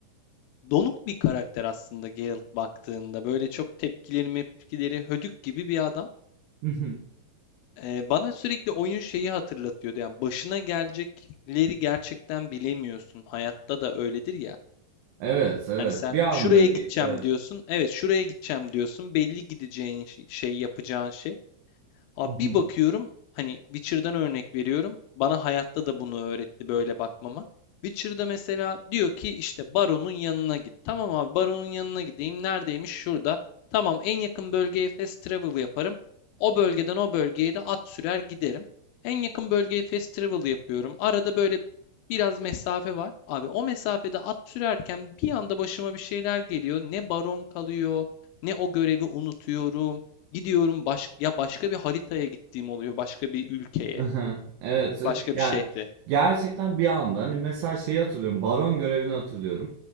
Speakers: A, on the left (about 85°); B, on the right (about 85°).
A: donuk bir karakter aslında Geralt baktığında. Böyle çok tepkileri mepkileri hödük gibi bir adam.
B: <laughs>
A: Ee, bana sürekli oyun şeyi hatırlatıyordu. Yani başına gelecekleri gerçekten bilemiyorsun. Hayatta da öyledir ya.
B: Evet, evet.
A: Hani sen
B: Bir anda
A: şuraya
B: ge-
A: gideceğim
B: evet.
A: diyorsun. Evet şuraya gideceğim diyorsun. Belli gideceğin şey, şey yapacağın şey. Abi
B: Hı
A: bir bakıyorum hani Witcher'dan örnek veriyorum. Bana hayatta da bunu öğretti böyle bakmama. Witcher'da mesela diyor ki işte Baron'un yanına git. Tamam abi Baron'un yanına gideyim. Neredeymiş? Şurada. Tamam en yakın bölgeye fast travel yaparım. O bölgeden o bölgeye de at sürer giderim. En yakın bölgeye fast travel yapıyorum. Arada böyle biraz mesafe var. Abi o mesafede at sürerken bir anda başıma bir şeyler geliyor. Ne baron kalıyor, ne o görevi unutuyorum. Gidiyorum baş ya başka bir haritaya gittiğim oluyor. Başka bir ülkeye,
B: hı. Evet. e,
A: başka
B: Yani
A: bir şehre.
B: gerçekten bir anda hani mesela şeyi hatırlıyorum. Baron görevini hatırlıyorum.